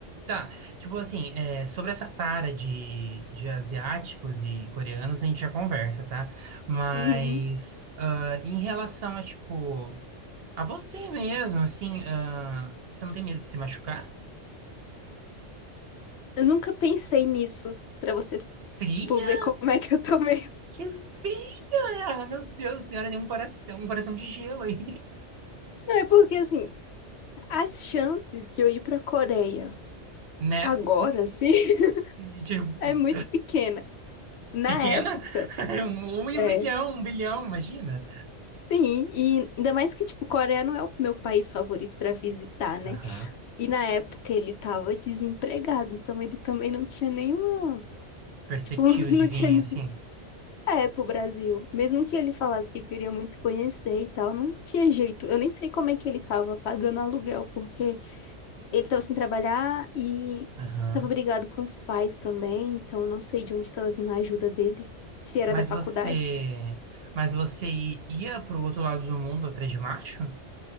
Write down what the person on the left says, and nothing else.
Uhum.
Eu nunca pensei nisso, pra você,
tipo, ver como é que eu tô <laughs> meio.
Não, é porque, assim, as chances de eu ir pra Coreia
agora, assim, <laughs>
é muito pequena. Na
época,
É,
sim, e ainda mais que, tipo, Coreia não é o meu país favorito pra visitar, né?
E na época ele tava desempregado, então ele também não tinha nenhuma,
tipo, <laughs>
não
tinha,
é, pro Brasil. Mesmo que ele falasse que queria muito conhecer e tal, não tinha jeito. Eu nem sei como é que ele tava pagando aluguel, porque ele tava sem trabalhar e
tava brigado com os pais também, então eu não sei de onde tava vindo a ajuda dele, se era
da faculdade.